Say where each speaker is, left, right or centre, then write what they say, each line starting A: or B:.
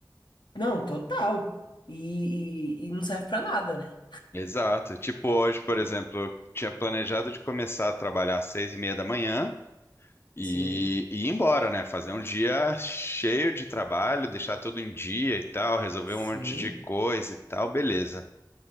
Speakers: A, on the left (about 85°); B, on the left (about 30°).
A: Não, total. E, e, e não serve pra nada, né?
B: Exato. Tipo hoje, por exemplo, eu tinha planejado de começar a trabalhar às seis e meia da manhã e,
A: Sim,
B: e ir embora, né? Fazer um dia cheio de trabalho, deixar tudo em dia e tal, resolver
A: sim.
B: um monte de coisa e tal, beleza.